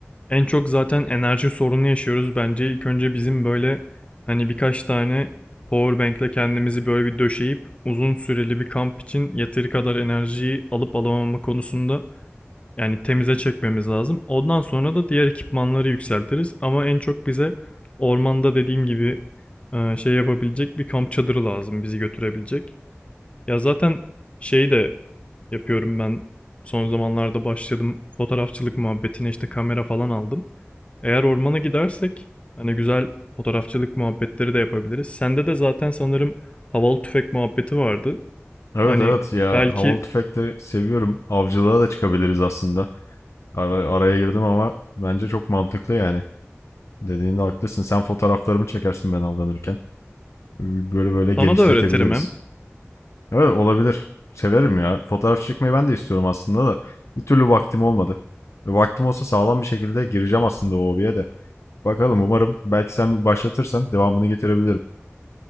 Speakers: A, on the left; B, on the left.
A: en çok zaten enerji sorunu yaşıyoruz. Bence ilk önce bizim böyle hani birkaç tane power bank'le kendimizi böyle bir döşeyip uzun süreli bir kamp için yeteri kadar enerjiyi alıp alamama konusunda yani temize çekmemiz lazım. Ondan sonra da diğer ekipmanları yükseltiriz. Ama en çok bize ormanda dediğim gibi e, şey yapabilecek bir kamp çadırı lazım bizi götürebilecek. Ya zaten şeyi de yapıyorum ben son zamanlarda başladım fotoğrafçılık muhabbetine işte kamera falan aldım. Eğer ormana gidersek hani güzel fotoğrafçılık muhabbetleri de yapabiliriz. Sende de zaten sanırım havalı tüfek muhabbeti vardı.
B: Evet
A: Hani
B: evet ya
A: belki
B: havalı tüfekleri seviyorum. Avcılığa da çıkabiliriz aslında. Ara- araya girdim ama bence çok mantıklı yani. Dediğinde haklısın. Sen fotoğraflarımı çekersin ben avlanırken. Böyle böyle genişletebiliriz.
A: sana da öğretirim hem.
B: Evet olabilir. Severim ya. Fotoğraf çekmeyi ben de istiyorum aslında da. Bir türlü vaktim olmadı. Ve Vaktim olsa sağlam bir şekilde gireceğim aslında o hobiye de. Bakalım umarım belki sen başlatırsan devamını getirebilirim.